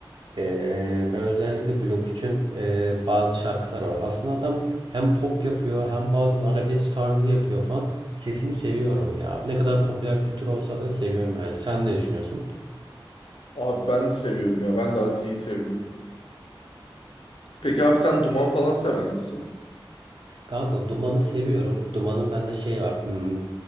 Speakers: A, on the right (about 60°); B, on the left (about 80°).
A: Ee, ben özellikle Blok 3'ün e, bazı şarkıları var. Aslında adam hem pop yapıyor hem bazen arabesk tarzı yapıyor falan. Sesini seviyorum ya. Ne kadar popüler kültür olsa da seviyorum yani. Sen ne düşünüyorsun?
B: Abi ben de seviyorum ya. Ben de Atilla'yı seviyorum. Peki abi sen Duman falan sever misin?
A: Kanka Duman'ı seviyorum. Duman'ın bende şey var. hmm,